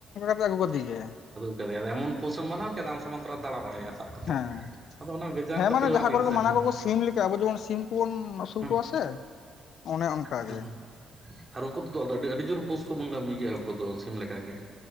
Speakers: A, on the left; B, on the right.
A: ᱚᱠᱚᱭ ᱟᱹᱜᱩ ᱠᱟᱫᱮ ᱜᱮᱭᱟᱭ?
B: ᱠᱟᱨᱮᱭᱟ ᱨᱮ ᱮᱢᱚᱱ ᱯᱩᱭᱥᱟᱢ ᱢᱟᱱᱟᱣ ᱠᱮᱫᱟᱢ ᱥᱟᱢᱟᱝ ᱠᱚᱨᱮ ᱫᱟᱲᱟ ᱵᱟᱲᱟᱭᱟ ᱥᱟᱵ ᱠᱟᱛᱮᱫ
A: ᱦᱮᱸ
B: ᱾ ᱟᱫᱚ ᱚᱱᱟ ᱵᱮᱡᱟᱨ
A: ᱦᱮᱸ
B: ᱠᱚᱛᱮ
A: ᱢᱟᱱᱮ
B: <unintelligible>
A: ᱡᱟᱦᱟᱸ
B: ᱵᱤᱨ
A: ᱠᱚᱨᱮ
B: ᱥᱮᱜ
A: ᱠᱚ ᱢᱟᱱᱟ
B: <inaudible> ᱦᱩᱸ,
A: ᱠᱚᱠᱚ ᱥᱤᱢ ᱞᱮᱠᱟ ᱟᱵᱚ ᱡᱮᱢᱚᱱ ᱥᱤᱢ ᱠᱚᱵᱚᱱ ᱟᱹᱥᱩᱞ
B: ‌ᱦᱩᱸ
A: ᱠᱚᱣᱟ ᱥᱮ ᱚᱱᱮ ᱚᱱᱠᱟ
B: ᱦᱩᱸ᱾
A: ᱜᱮ
B: ᱟᱨ ᱩᱝᱠᱩ ᱫᱚ ᱟᱹᱰᱤ ᱟᱹᱰᱤ ᱡᱟᱹᱨ ᱯᱳᱥ ᱠᱚ ᱵᱚᱸᱜᱟ ᱢᱮᱜᱮᱜ ᱟᱠᱚ ᱫᱚ ᱥᱤᱢ ᱞᱮᱠᱟ ᱜᱮ ᱾